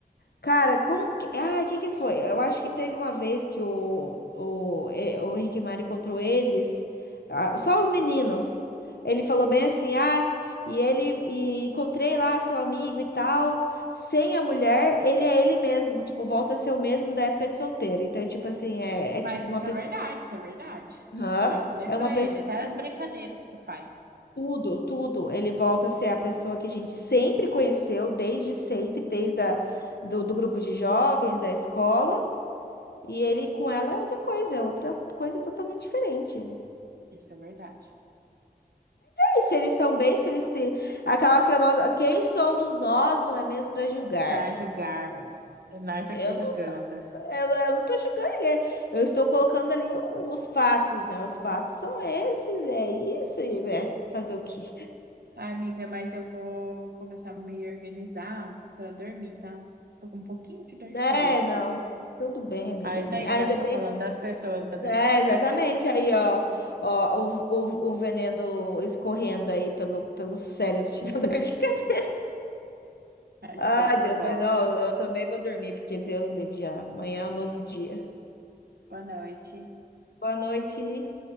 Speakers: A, on the left; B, on the right.
A: Cara, como que. Ah, o que que foi? Eu acho que teve uma vez que o, o, e- o Rick e Morty encontrou eles, ah, só os meninos. Ele falou bem assim, ah, e ele. E encontrei lá seu amigo e tal. Sem a mulher, ele é ele mesmo. Tipo, volta a ser o mesmo da época de solteiro. Então, tipo assim, é, é
B: Mas
A: tipo uma
B: isso
A: pessoa.
B: é verdade, isso é verdade.
A: Aham.
B: Já falei
A: É
B: pra
A: uma pessoa.
B: ele, até as brincadeiras que faz.
A: Tudo, tudo. Ele volta a ser a pessoa que a gente sempre conheceu, desde sempre, desde a, do, do grupo de jovens, da escola. E ele com ela é outra coisa, é outra coisa totalmente diferente.
B: Isso é verdade.
A: E se eles estão bem, se eles se. Aquela famosa. Quem somos nós, não é mesmo, para julgar?
B: Para julgarmos. Nós aqui
A: Eu
B: julgando.
A: não, eu, eu não tô julgando ninguém. Eu estou colocando ali o- os fatos, né? Os fatos são esses, é isso, e é fazer o quê?
B: Ai, amiga, mas eu vou começar a me organizar pra dormir, tá? Tô com um pouquinho de dor de
A: É,
B: cabeça.
A: não. Tudo bem, amiga.
B: Ah, isso aí que
A: Ainda
B: dá pra ficar
A: bem.
B: falando das pessoas, da dor
A: É,
B: de cabeça.
A: exatamente. Aí, ó, ó, o, o, o veneno escorrendo aí pelo, pelo cérebro, te dando <laughs> dor de cabeça.
B: Ah, Então,
A: Ai,
B: tá
A: Deus,
B: bom.
A: mas ó, eu também vou dormir, porque Deus livre já. Amanhã é um novo dia.
B: Boa noite.
A: Boa noite.